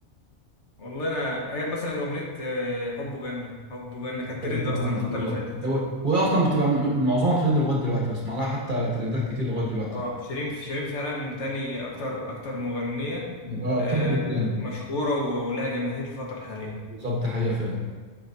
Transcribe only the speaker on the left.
والله أنا هي مثلا أغنية آه، حب جنة حب جنة كانت
ترند أصلا الفترة
اللي فاتت
اه شيرين شيرين فعلا متهيألي أكتر أكتر مغنية
آه،
مشهورة و- ولها جماهير الفترة الحالية